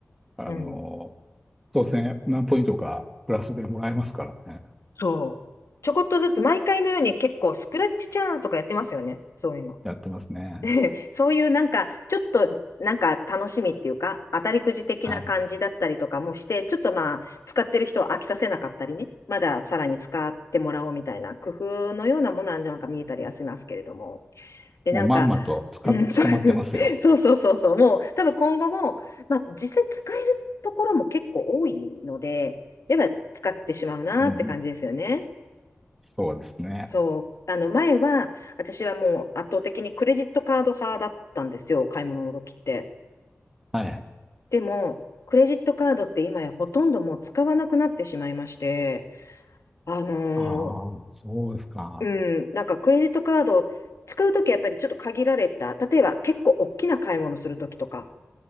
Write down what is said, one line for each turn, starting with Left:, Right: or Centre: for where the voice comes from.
Centre: あの
Left: うん。
Centre: 当選何ポイントかプラスでもらえますからね。
Left: そう。ちょこっとずつ、毎回のように結構、スクラッチチャンスとかやってますよね、そういうの。
Centre: やってますね。
Left: <laughs> そういうなんか、ちょっとなんか楽しみっていうか、当たりくじ的な感じだったりとかもして、
Centre: はい。
Left: ちょっとまあ、使ってる人を飽きさせなかったりね、まださらに使ってもらおうみたいな工夫のようなものはなんか見えたりはしますけれども。で、
Centre: もうまんまとつか、
Left: なんか、うん、
Centre: 捕まってますよ。
Left: そう <laughs>、そうそうそうそう、もう多分今後も、まあ実際使えるところも結構多いので、やっぱ使ってしまうなって感じですよね。
Centre: うん、そうですね。
Left: そう。あの、前は、私はもう圧倒的にクレジットカード派だったんですよ、買い物の時って。
Centre: はい。
Left: でも、クレジットカードって今やほとんどもう使わなくなってしまいまして、あのー
Centre: ああ、そうですか。
Left: うん、なんかクレジットカード使う時はやっぱりちょっと限られた。例えば結構大きな買い物する時とか、